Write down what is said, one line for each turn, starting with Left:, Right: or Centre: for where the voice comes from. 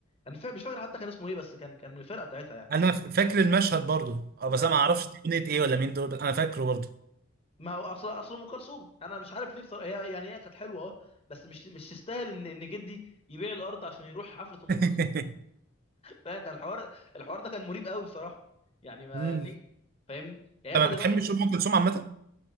Left: انا مش فا- مش فاكر حتى كان اسمه ايه بس كان كان من الفرقه بتاعتها يعني
Right: انا ف- فاكر المشهد برضو اه بس
Left: اه
Right: انا ما اعرفش دي اغنيه ايه ولا مين دول بس انا فاكره برضو
Left: ما هو اصل اصل ام كلثوم انا مش عارف ليه بصراحه هي يعني هي كانت حلوه اه بس مش مش تستاهل ان ان جدي يبيع الارض عشان يروح حفله ام
Right: <laughs>
Left: كلثوم فكان الحوار الحوار ده كان مريب قوي بصراحه يعني ما
Right: امم
Left: ليه فاهمني يعني احنا
Right: انت ما
Left: دلوقتي
Right: بتحبش ام كلثوم عامه